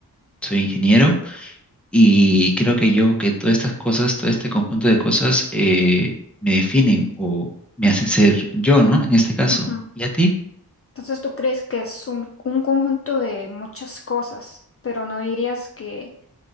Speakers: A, in the centre; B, on the left (about 35°).
A: soy ingeniero y creo que yo, que todas estas cosas, todo este conjunto de cosas eh, me definen o me hacen ser yo, ¿no? En este caso.
B: Ujú.
A: ¿Y a ti?
B: Entonces tú crees que es un, un conjunto de muchas cosas, pero no dirías que